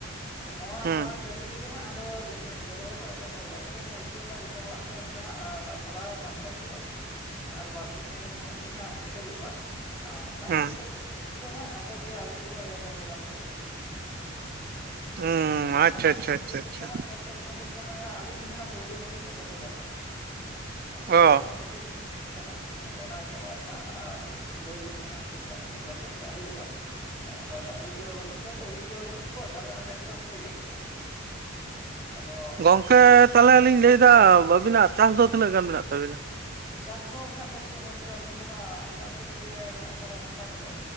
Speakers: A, on the left (about 15°); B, on the right (about 50°).
A: ᱱᱚᱣᱟ
B: ᱦᱩᱸ
A: ᱱᱚᱣᱟ ᱡᱟᱹᱲᱤ ᱛᱮ ᱜᱮ ᱦᱟᱸᱜ ᱟᱫᱚ ᱡᱚᱛᱚ ᱡᱚᱛᱚ ᱦᱚᱲ ᱠᱚ ᱮᱛᱚᱦᱚᱵᱟ ᱱᱤᱛᱚᱜ ᱢᱟ ᱤᱛᱟᱹ ᱢᱟ ᱡᱚᱛᱚ ᱦᱚᱲᱟᱜ ᱜᱮ ᱚᱱᱠᱟ ᱦᱟᱸᱜ ᱦᱟᱨᱟᱣ ᱟᱠᱟᱱ ᱛᱟᱠᱚᱣᱟ ᱟᱨ ᱵᱟᱨ ᱫᱤᱱ ᱛᱟᱦᱮᱸ ᱞᱮᱱ ᱠᱷᱟᱱ ᱜᱮ ᱦᱟᱸᱜ ᱠᱮᱴᱮᱡᱚᱜᱼᱟ ᱟᱨ ᱵᱟᱝ
B: ᱦᱩᱸ
A: ᱠᱮᱴᱮᱡ ᱠᱷᱟᱹᱛᱤᱨ ᱛᱮ ᱦᱟᱸᱜ ᱚᱠᱚᱭ ᱜᱮ ᱟᱹᱣᱨᱤ ᱠᱚ ᱮᱛᱚᱦᱚᱵᱟ ᱱᱤᱛᱚᱜ ᱦᱚᱸ ᱦᱩᱸ
B: ᱦᱩᱸ
A: ᱟᱫᱚ
B: ᱟᱪᱪᱷᱟ
A: ᱦᱟᱸᱜ
B: ᱟᱪᱪᱷᱟ ᱟᱪᱪᱷᱟ
A: ᱢᱤᱫ
B: ᱟᱪᱪᱷᱟ
A: ᱵᱟᱨ ᱦᱚᱲ ᱢᱚᱱᱮ ᱦᱩᱭᱩᱜ ᱠᱟᱱᱟ ᱟᱹᱞᱤᱧ ᱜᱮ ᱦᱟᱸᱜ ᱯᱩᱭᱞᱩ ᱫᱚ ᱞᱤᱧ ᱮᱛᱚᱦᱚᱵᱟ ᱦᱟᱸᱜ ᱦᱮᱸ ᱟᱹᱞᱤᱧᱟᱜ
B: ᱚ
A: ᱫᱚ ᱦᱟᱸᱜ ᱠᱟᱹᱴᱤᱡ ᱦᱩᱭ ᱠᱟᱱᱟ ᱟᱫᱚ ᱚᱱᱟ ᱜᱮ ᱱᱚᱜᱼᱚᱭ ᱦᱟᱸᱜ ᱞᱟᱹᱭ ᱦᱩᱭᱩᱜ ᱠᱟᱱᱟ ᱦᱟᱸᱜ ᱛᱮᱦᱮᱧ ᱟᱜ ᱠᱟᱹᱴᱤᱡ ᱞᱚᱥᱚᱫ ᱠᱟᱜ ᱦᱩᱭᱩᱜᱼᱟ ᱦᱮᱸ ᱟᱫᱚ ᱰᱟᱹᱝᱨᱤ ᱠᱚ ᱫᱚ ᱵᱟᱹᱱᱩᱜ ᱠᱚᱣᱟ ᱛᱚ ᱩᱨᱤᱡ ᱠᱚ ᱫᱚ ᱵᱟᱹᱱᱩᱜ ᱠᱚᱣᱟ ᱛᱟᱦᱚᱞᱮ ᱚᱱᱟ ᱴᱨᱮᱠᱴᱚᱨ ᱛᱮ ᱜᱮ ᱦᱩᱸ ᱟᱫᱚ
B: ᱜᱚᱝᱠᱮ ᱛᱟᱦᱚᱞᱮ ᱞᱤᱧ ᱞᱟᱹᱭ ᱮᱫᱟ ᱟᱹᱵᱤᱱᱟᱜ ᱪᱟᱥ ᱫᱚ ᱛᱤᱱᱟᱹᱜ ᱜᱟᱱ ᱢᱮᱱᱟᱜ ᱛᱟᱹᱵᱤᱱᱟ?
A: ᱪᱟᱥ ᱫᱚ ᱢᱮᱱᱟᱜ ᱛᱟᱹᱞᱤᱧᱟ ᱜᱚᱝᱠᱮ ᱟᱹᱞᱤᱧ ᱫᱚ ᱦᱟᱸᱜ ᱟᱢᱫᱟ ᱩᱛᱟᱹᱨ ᱜᱮ ᱢᱮᱱᱟᱜ ᱟᱠᱟᱫᱟ ᱦᱟᱥᱟ ᱠᱚ ᱫᱚ